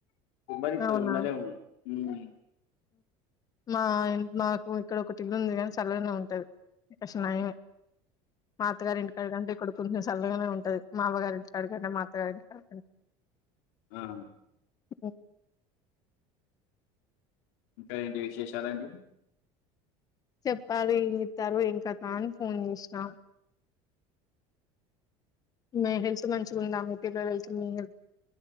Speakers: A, on the left; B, on the left.
A: బరిద్దరు
B: అవునా
A: ఉండలేం ఉమ్
B: మా మాకి ఇక్కడ ఒకటిళ్ళుంది కాని చల్గానే ఉంటది క నయమే మాత్తగారింటి కాడికి కంటే ఇక్కడ చల్లగానే ఉంటుంది మా అమ్మ గారి ఇంటి కాడ అే మా అత్త గారింటి కాడ
A: ఆహా
B: ఓ
A: ఇంకా ఏంటి విశేషాలండి
B: చెప్పాలీ ఏం చెత్తరు ఏం కత అని ఫోన్ చేసినా మీ హెల్త్ మంచిగుంద మీ పిల్లల హెల్త్ మీ హెల్